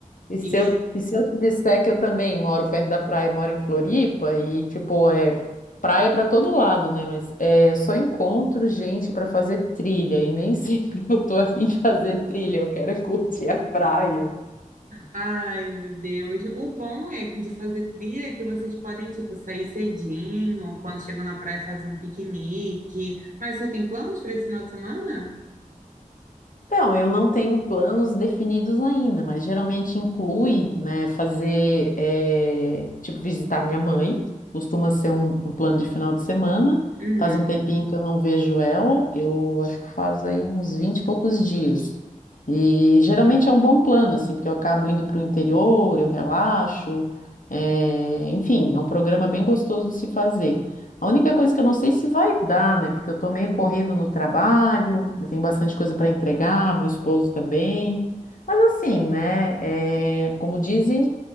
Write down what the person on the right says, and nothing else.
E,
ai, meu Deus, o bom é que de fazer trilha é que vocês podem, tipo, sair cedinho, quando chegam na praia fazer um piquenique. Mas você tem planos para esse final de semana?
Uhum.